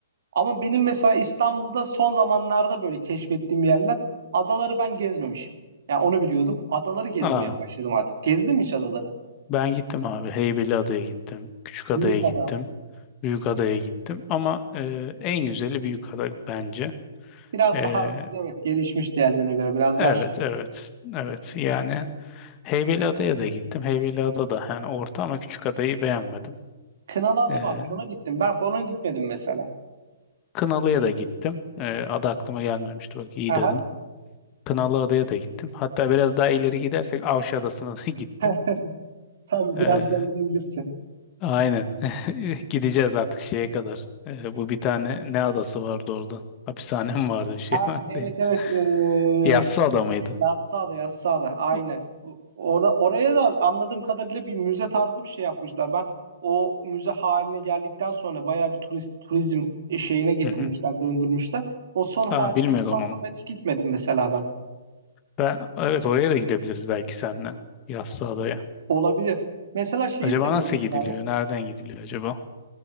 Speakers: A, on the right; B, on the left.
A: Ama benim mesela İstanbul'da son zamanlarda böyle keşfettiğim yerler adaları ben gezmemişim. Yani onu biliyordum. Adaları gezmeye
B: Aa,
A: başladım artık. Gezdim hiç adaları.
B: ben gittim abi. Heybeliada'ya gittim. Küçükada'ya
A: Büyük
B: gittim.
A: ada.
B: Büyükada'ya gittim ama e, en güzeli Büyükada bence.
A: Biraz
B: E,
A: daha evet gelişmiş diğerlerine göre biraz
B: evet
A: daha şey.
B: evet evet yani Heybeliada'ya da gittim. Heybeliada da yani orta ama küçük adayı beğenmedim.
A: Kınalı Ada
B: E,
A: varmış ona gittim. Ben ona gitmedim mesela.
B: Kınalı'ya da gittim. E, adı aklıma gelmemişti bak iyi
A: Aha.
B: dedin. Kınalı Adaya da gittim. Hatta biraz daha ileri gidersek Avşa Adası'na da <laughs> gittim.
A: <laughs> Tabii
B: E,
A: biraz daha gidebilirsin.
B: aynen <laughs> gideceğiz artık şeye kadar. E, bu bir tane ne adası vardı orada? Hapishanem vardı bir şey
A: Ha
B: vardı.
A: evet
B: <laughs> ya.
A: evet ee,
B: Yassı ada mıydı?
A: Yassıada Yassıada aynen.
B: O-
A: Bu- Orada, oraya da anladığım kadarıyla bir müze tarzı bir şey yapmışlar. Ben o müze haline geldikten sonra bayağı bir turist, turizm şeyine getirmişler,
B: Hı hı.
A: döndürmüşler. O son hali
B: Ha bilmiyorum
A: olduktan sonra
B: onu.
A: ben hiç gitmedim mesela ben.
B: Ben evet oraya da gidebiliriz belki senle Yassıada'ya.
A: Olabilir. Mesela şeyi
B: Acaba
A: seviyor
B: nasıl
A: musun
B: gidiliyor?
A: abi?
B: Nereden gidiliyor acaba?